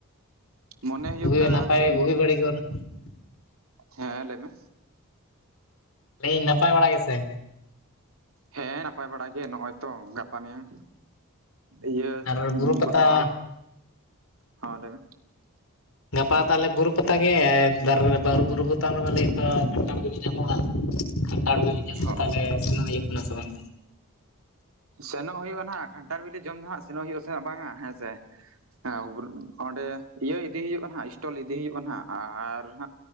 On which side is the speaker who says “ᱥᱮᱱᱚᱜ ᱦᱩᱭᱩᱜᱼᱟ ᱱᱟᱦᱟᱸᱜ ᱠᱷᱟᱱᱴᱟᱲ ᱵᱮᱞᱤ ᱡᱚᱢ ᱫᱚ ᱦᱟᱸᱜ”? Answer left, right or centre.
Right